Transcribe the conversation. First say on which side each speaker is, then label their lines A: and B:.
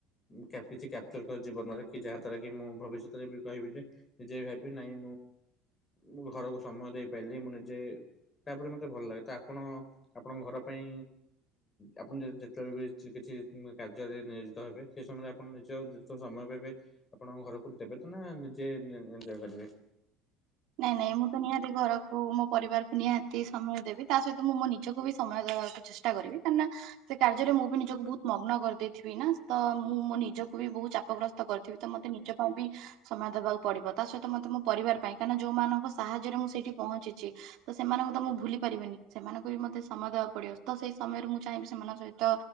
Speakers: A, on the left; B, on the right.
A: କ୍ୟାପିଚି କ୍ୟାପଚର କରେ ଜୀବନରେ, କି ଯାହା ଦ୍ଵାରା କି ମୁଁ ଭବିଷ୍ୟତରେ ବି କହିବି ଯେ ନିଜେ ବି ଭାବି ନାଇଁ। ମୁଁ ଘରକୁ ସମୟ ଦେଇପାରିଲି ମୁଁ ନିଜେ ତାପରେ ମତେ ଭଲ ଲାଗେ। ତ ଆପଣ ଆପଣଙ୍କ ଘର ପାଇଁ ଆପଣ ଯେ -ଯେତେବେଳେ ବି କିଛି କିଛି କାର୍ଯ୍ୟରେ ନିୟୋଜିତ ହେବେ। ସେ ସମୟରେ ଆପଣ ନିଜ ଯେତେ ସମୟ ପାଇବେ, ଆପଣ ଘରକୁ ଦେବେ ତ ନା ନିଜେ ଦିନେ ଏନ୍ ଜଏ କରିବେ।
B: ନାଇଁ, ନାଇଁ ମୁଁ ତ ନିହାତି ଘରକୁ ମୋ ପରିବାରକୁ ନିହାତି ସମୟ ଦେବି। ତା ସହିତ ମୁଁ ମୋ ନିଜକୁ ବି ସମୟ ଦବାକୁ ଚେଷ୍ଟା କରିବି। କାଇଁନା ସେ କାର୍ଯ୍ୟରେ ମୁଁ ବି ନିଜକୁ ବହୁତ ମଗ୍ନ କରିଦେଇଥିବି ନା, ସେତ ମୁଁ ମୋ ନିଜ କୁ ବି ବହୁତ ଚାପଗ୍ରସ୍ତ କରିଥିବି। ତ ମୋତେ ନିଜ ପାଇଁ ବି ସମୟ ଦେବାକୁ ପଡିବ। ତା ସହିତ ମତେ ମୋ ପରିବାର ପାଇଁ। କାଇଁନା ଯୋଉ ମାନଙ୍କ ସାହାଯ୍ୟରେ, ମୁଁ ସେଇଠି ପହଁଞ୍ଚିଚି। ତ ସେମାନଙ୍କୁ ତ ମୁଁ ଭୁଲି ପାରିବିନି। ସେମାନଙ୍କୁ ବି ମତେ ସମୟ ଦ ଦବାକୁ ପଡିବ। ତ ସେଇ ସମୟରେ ମୁଁ ଚାହିଁବି ସେମାନଙ୍କ ସହିତ